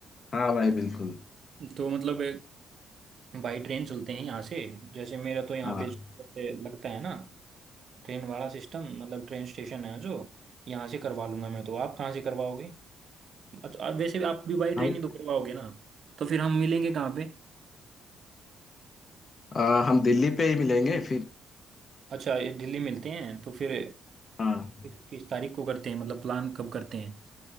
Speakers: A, on the left; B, on the right.
A: हाँ भाई बिल्कुल
B: तो मतलब बाई ट्रेन चलते हैं यहाँ से जैसे मेरा तो यहाँ
A: हाँ
B: पे जो सबसे लगता है ना ट्रेन वाला सिस्टम मतलब ट्रेन स्टेशन है जो यहाँ से करवा लूंगा मैं तो आप कहाँ से करवाओगे अच्छा वैसे भी आप भी बाई ट्रेन
A: भाई
B: ही तो करवाओगे ना तो फिर हम मिलेंगे कहाँ पे
A: आ, हम दिल्ली पे ही मिलेंगे फिर
B: अच्छा ये दिल्ली मिलते हैं तो फिर
A: हाँ
B: किस किस तारीख को करते हैं मतलब प्लान कब करते हैं